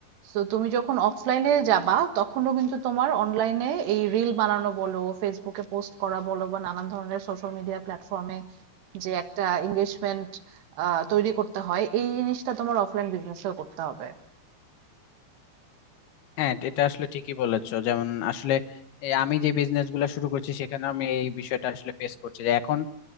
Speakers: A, on the right; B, on the left.
A: তো তুমি যখন অফলাইনে যাবা তখনও কিন্তু তোমার অনলাইনে এই রিল বানানো বলো ফেসবুকে পোস্ট করা বলো বা নানান ধরনের সোশ্যাল মিডিয়া প্ল্যাটফর্মে যে একটা এঙ্গেজমেন্ট আহ তৈরি করতে হয় এই জিনিসটা তোমার অফলাইন বিজনেসেও করতে হবে
B: হ্যাঁ এটা এটা আসলে ঠিকই বলেছো যেমন আসলে এই আমি যে বিজনেস গুলো শুরু করছি সেখানে আমি এই বিষয়টা আসলে ফেস করছি যে এখন